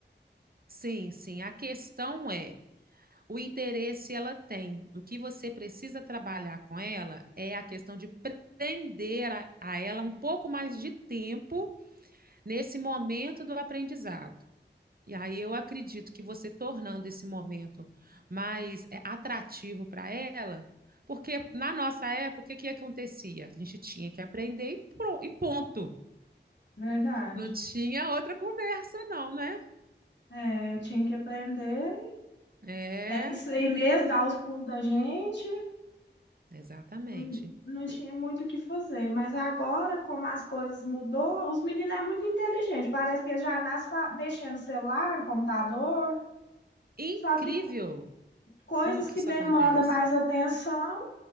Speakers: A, on the right; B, on the left.
A: Sim, sim. A questão é o interesse ela tem. O que você precisa trabalhar com ela é a questão de prender a, a ela um pouco mais de tempo nesse momento do aprendizado. E aí eu acredito que você tornando esse momento mais é, atrativo para ela, porque na nossa época, o que acontecia? A gente tinha que aprender e, pro, e ponto.
B: Verdade.
A: Não tinha outra conversa, não, né?
B: É, tinha que aprender.
A: É,
B: Era isso aí mesmo, dar os pulos da gente.
A: exatamente.
B: Não, não tinha muito o que fazer. Mas agora, como as coisas mudou, os meninos é muito inteligente. Parece que eles já nascem fa- mexendo no celular, no computador.
A: Incrível
B: Só que co- coisas
A: como que
B: que
A: isso
B: demandam
A: acontece.
B: mais atenção